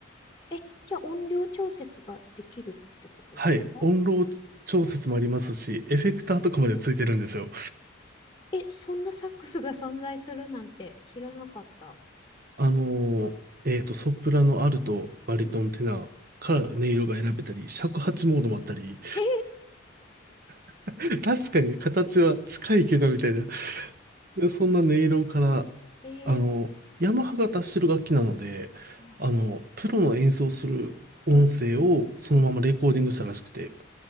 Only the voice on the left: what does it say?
え、じゃあ音量調節ができるってことですか
え、え、そんなサックスが存在するなんて知らなかった。
うん。
え、
えー、
あ、そうなんです。
はい、は